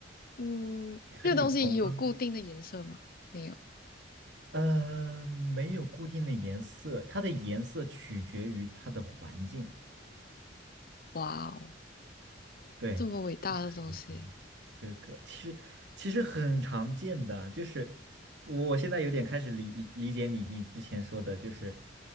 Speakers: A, on the left; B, on the right.
A: 嗯，
B: 你可以从刚
A: 这个东西有固定的颜色吗？没有。
B: 呃没有固定的颜色，它的颜色取决于它的环境。
A: 哇哦，
B: 对。
A: 这么伟大的东西，
B: 一方这个其实其实很常见的，就是我我现在有点开始理理解你你之前说的，就是